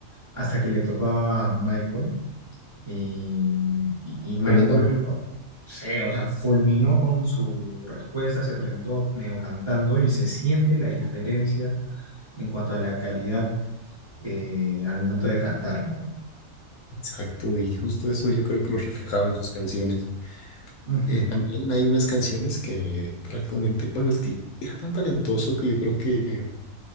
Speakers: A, on the right (about 25°); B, on the left (about 70°).
A: hasta que le tocaba a Michael. Y, y- y Michael,
B: Tremenda voz.
A: no sé, o sea, fulminó con su respuesta, se presentó medio cantando y se siente la diferencia en cuanto a la calidad eh, al momento de cantar, ¿no?
B: Exacto, y justo eso yo creo que lo reflejaba en sus canciones.
A: Ujú,
B: Eh, también hay unas canciones que prácticamente, bueno, es que era tan talentoso que yo creo que